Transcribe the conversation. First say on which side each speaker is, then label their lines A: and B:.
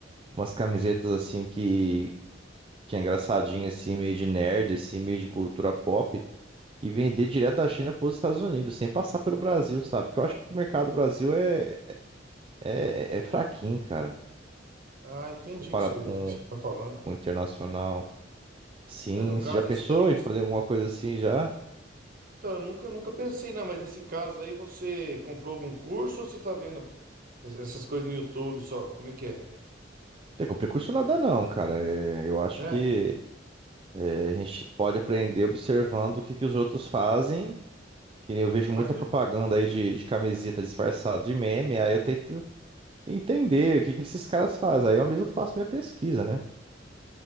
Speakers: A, on the right (about 30°); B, on the right (about 50°).
A: umas camisetas, assim, que, que é engraçadinha, assim, meio de nerd, assim, meio de cultura pop, e vender direto da China para os Estados Unidos, sem passar pelo Brasil, sabe? Porque eu acho que o mercado do Brasil é, é, é fraquinho, cara
B: Ah, entendi
A: comparado
B: o que você,
A: com
B: o que você está falando.
A: com internacional. Sim,
B: Mas no caso
A: você já pensou
B: esse daí você,
A: em fazer alguma coisa assim já?
B: então eu nunca, nunca pensei não. Mas nesse caso aí você comprou algum curso ou você está vendo essas coisas no YouTube só? Como é que é?
A: Tem com precurso nada não, cara. É, eu acho
B: É.
A: que é, a gente pode aprender observando o que, que os outros fazem. Que nem eu vejo muita
B: Mas no
A: propaganda
B: YouTube.
A: aí de, de camiseta disfarçada de meme, aí eu tento entender o que, que esses caras fazem. Aí eu mesmo faço minha pesquisa, né?